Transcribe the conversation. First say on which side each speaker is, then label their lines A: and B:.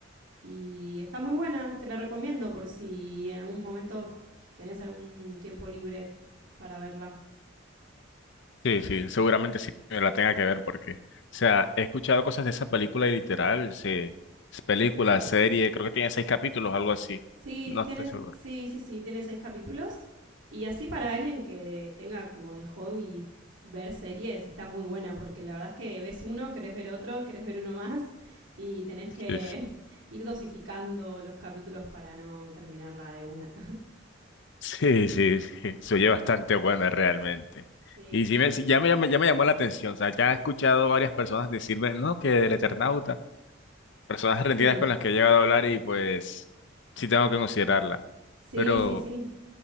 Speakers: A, on the right; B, on the left.
A: Y está muy buena, te la recomiendo por si en algún momento tenés algún tiempo libre para verla.
B: Sí, sí, seguramente sí me la tenga que ver porque, o sea, he escuchado cosas de esa película y literal, se- es película, serie, creo que tiene seis capítulos, algo así.
A: Sí,
B: No
A: tienes,
B: estoy seguro.
A: sí, sí, sí, tiene seis capítulos. Y así para alguien que tenga como de hobby ver series, está muy buena, porque la verdad es que ves uno, querés ver otro, querés ver uno más, y tenés que
B: Sí.
A: <laughs> ir dosificando los capítulos para no terminarla de una.
B: Sí, sí, sí, se oye bastante buena realmente.
A: Sí,
B: Y sí me, sí, ya me, llamó- ya me llamó la atención, o sea, ya he escuchado varias personas decir, "Ven, no, que el Eternauta, personas argentinas
A: sí,
B: con las que he llegado a hablar y pues sí tengo que considerarla.
A: sí,
B: Pero,
A: sí, sí.